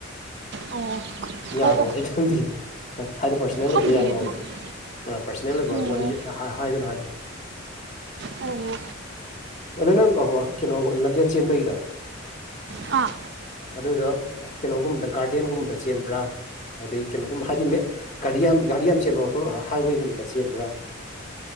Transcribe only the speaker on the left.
ꯌꯥꯕ꯭ꯔꯣ
ꯑꯩ ꯈꯪꯗꯦ ꯍꯣꯏ ꯍꯥꯏꯗꯤ ꯄꯔꯁꯣꯅꯦꯜ
ꯑꯣꯏꯕ ꯌꯥꯔꯝꯃꯣꯏ
ꯄꯥꯔꯁꯣꯅꯦꯜ ꯑꯣꯏꯕ
ꯋꯥꯔꯤ ꯍꯥꯏꯒꯅꯣ ꯍꯥꯏꯕꯗ
ꯑꯗꯨ ꯅꯪ ꯀ ꯀꯩꯅꯣ ꯂꯝꯖꯦꯟ ꯆꯦꯟꯕꯒꯤꯗꯣ
ꯑꯗꯨꯗꯣ ꯀꯩꯅꯣꯒꯨꯝꯕꯗ ꯒꯥꯔꯗꯦꯟꯒꯨꯝꯕꯗ ꯆꯦꯟꯕ꯭ꯔꯥ ꯑꯗꯩ ꯀꯩꯅꯣꯒꯨꯝꯕ ꯍꯥꯏꯗꯤ ꯒꯥꯔꯤ ꯌꯥꯝ ꯒꯥꯔꯤ ꯌꯥꯝ ꯆꯦꯟꯕ ꯃꯐꯝ ꯍꯥꯏꯋꯦꯒꯨꯝꯕꯗ ꯆꯦꯟꯕ꯭ꯔꯥ